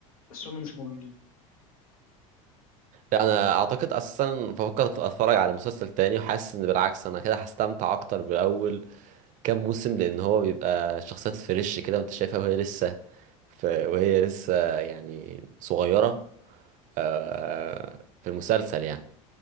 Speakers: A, on the left; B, on the right.
A: بس هما مش مملين
B: لا أنا أعتقد أساسا بفكر أتفرج على مسلسل تاني وحاسس إن بالعكس أنا كده هستمتع أكتر بأول كام موسم لأن هو بيبقى شخصيات فريش كده وأنت شايفها وهي لسه ف... وهي لسه يعني صغيرة آه، في المسلسل يعني